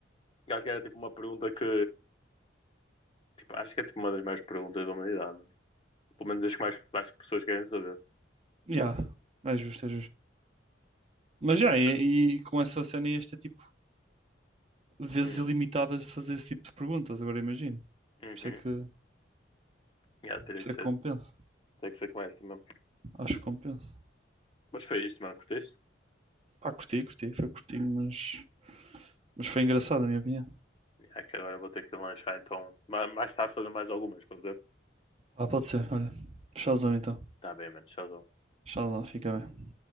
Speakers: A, on the left (about 30°); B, on the right (about 35°).
A: eu acho que era tipo uma pergunta que, tipo, acho que é tipo uma das maiores perguntas da humanidade, mano. Pelo menos as que mais, mais pessoas querem saber.
B: Yeah. É justo, é justo. Mas já,
A: Mas foi.
B: e, e com essa cena ias ter tipo vezes
A: Hum,
B: ilimitadas de fazer esse tipo de perguntas, agora imagino. Por
A: uhum,
B: isso é que, por
A: yeah, teria
B: isso
A: que
B: é
A: ser
B: que compensa.
A: Tem que ser com esta mesmo.
B: Acho que compensa.
A: Mas foi isto, mano. Curtiste?
B: Pá, curti, curti, foi curtinho, mas, mas foi engraçado, na minha opinião.
A: É que agora vou ter que lanchar, então. Mais tarde fazer mais algumas, para dizer?
B: Ah, pode ser, olha. Chauzão então.
A: Tá bem, mano. Tchauzão.
B: Chauzão, fica bem.